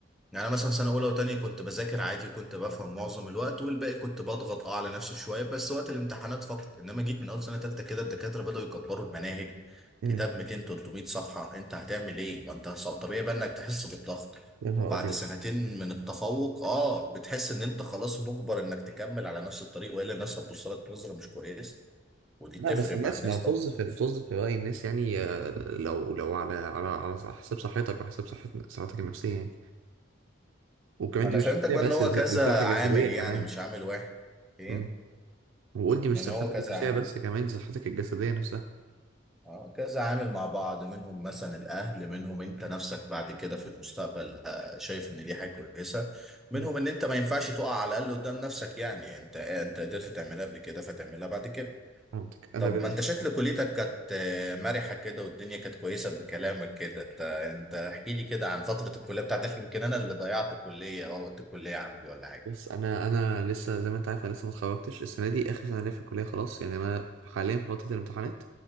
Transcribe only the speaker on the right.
امم
يا نهار
ابيض
لا
بس الناس
ما طز
في طز في رأي الناس يعني آه، لو لو على على على صح- حساب صحتك وحساب صحة صحتك النفسية يعني وكمان
دي مش
نفسية
بس
دي ص-
دي صحة جسدية
كمان
مم. وقول دي مش
صحتك
النفسية
بس كمان دي صحتك الجسدية نفسها
مم.
فهمتك أنا
بالنسبة
بص انا انا لسه زي ما انت عارف انا لسه ما اتخرجتش السنه دي اخر سنه ليا في الكليه خلاص يعني انا حاليا في فتره الامتحانات